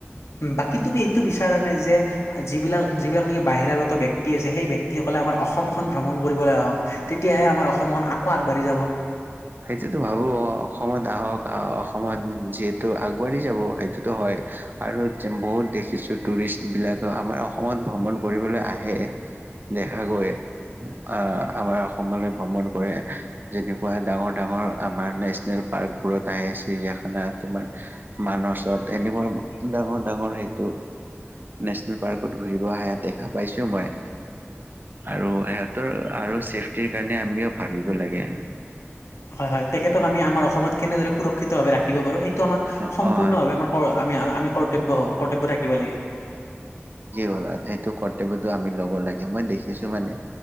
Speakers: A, on the left; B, on the right.
A: বাকী তুমি এইটো বিচাৰানে যে, যিবিলাক যিবিলাক নেকি বাহিৰাগত ব্যক্তি আছে সেই ব্যক্তিসকল লে আমাৰ অসমখন ভ্ৰমণ কৰিবলে আহক, তেতিয়াহে আমাৰ অসমখন আকৌ আগবাঢ়ি যাব।
B: সেইটোতো ভাবো। অসমত আহক আহ অসমত যিহেতু আগবাঢ়ি যাব, সেইটোতো হয়। আৰু বহুত দেখিছো টুৰিষ্ট বিলাক আমাৰ অসমত ভ্ৰমণ কৰিবলৈ আহে। দেখা গৈ আহ আমাৰ অসমলৈ ভ্ৰমণ কৰে যেনেকুৱা ডাঙৰ ডাঙৰ আমাৰ নেচনেল পাৰ্ক বোৰত আহে, চিৰিয়াখানা, তোমাৰ মানচত এনেবোৰ ডাঙৰ-ডাঙৰ সেইটো। নেচনেল পাৰ্কত ঘূৰিব আহে, দেখা পাইছো মই। আৰু সিহঁতৰ আৰু ছেফটিৰ কাৰণে আমিও ভাবিব লাগে।
A: হয়-হয়, তেখেতক আমি আমাৰ অসমত কেনেদৰে সুৰক্ষিতভাৱে ৰাখিব পাৰো সেই টো আমাৰ
B: অ'
A: সম্পূৰ্ণভাৱে
B: অ'
A: আমাৰ আমি আমি কৰ্তব্য-কৰ্তব্য থাকিব লাগে।
B: এইটো কৰ্তব্য আমি ল'ব লাগে। মই দেখিছো মানে